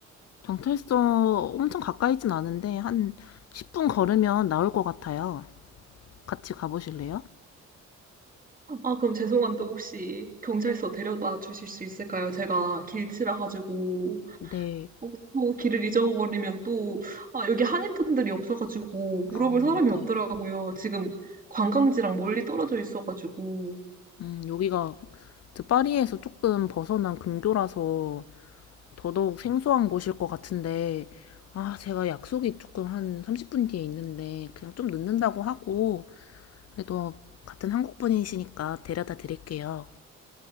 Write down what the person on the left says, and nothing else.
경찰서 엄청 가까이진 않은데 한 10분 걸으면 나올 것 같아요. 같이 가보실래요?
네.
아,
네네.
음, 여기가 그 파리에서 조금 벗어난 근교라서 더더욱 생소한 곳일 것 같은데, 아, 제가 약속이 조금 한 30분 뒤에 있는데, 그냥 좀 늦는다고 하고, 그래도 같은 한국 분이시니까 데려다 드릴게요.